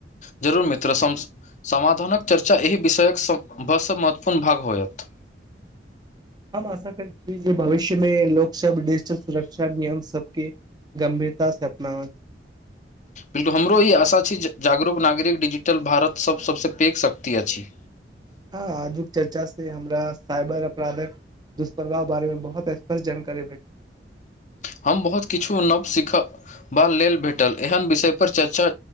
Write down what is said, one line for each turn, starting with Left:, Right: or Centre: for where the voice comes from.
Left: जरूर मित्र समाधानक चर्चा एहि विषयक सभसँ महत्वपूर्ण भाग होयत
Right: हम आशा करै छियै जे भविष्यमे लोक सुरक्षा नियम सबके गंभीरता से अपनावैत
Left: बिल्कुल हमरो ई आशा छी जागरूक नागरिक डिजिटल भारत सब सबसँ पेघ शक्ति अछि
Right: हँ आजुक चर्चा से हमरा साइबर अपराधक दुष्प्रभाव बारे मे बहुत स्पष्ट जानकारी भेट
Left: हम बहुत किछु नव सिखबा लेल भेटल एहन विषयपर चर्चा